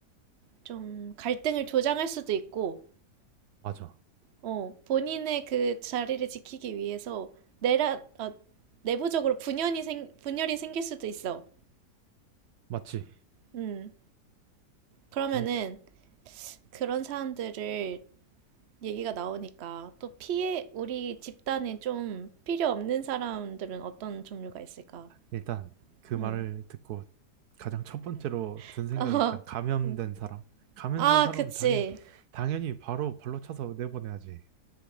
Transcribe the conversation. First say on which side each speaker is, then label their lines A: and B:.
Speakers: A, on the right; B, on the right.
A: 좀 갈등을 조장할 수도 있고,
B: 맞아.
A: 어, 본인의 그 자리를 지키기 위해서 내라, 어, 내부적으로 분열이 생, 분열이 생길 수도 있어.
B: 맞지.
A: 음. 그러면은
B: 음,
A: 그런 사람들을 얘기가 나오니까 또 피해, 우리 집단에 좀 필요 없는 사람들은 어떤 종류가 있을까?
B: 일단 그 말을
A: 음.
B: 듣고 가장 첫 번째로 든
A: <laughs>
B: 생각이
A: 어,
B: 일단 감염된
A: 음.
B: 사람. 감염된
A: 아,
B: 사람은
A: 그치.
B: 당연, 당연히 바로 발로 차서 내보내야지.